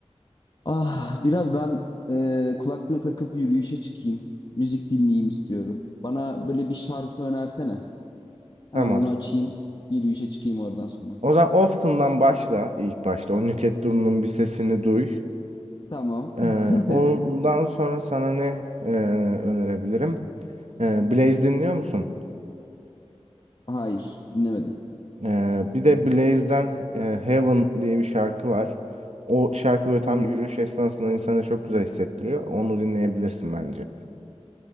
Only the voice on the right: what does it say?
Tamam
O zaman Often'dan başla ilk başta. O Nükhet Duru'nun bir sesini duy.
Ee,
ondan sonra sana ne e, önerebilirim? Ee, Blaze dinliyor musun?
Ee, bir de Blaze'den e, Heaven diye bir şarkı var. O şarkı böyle tam
yürüyüş esnasında insana çok güzel hissettiriyor. Onu dinleyebilirsin bence.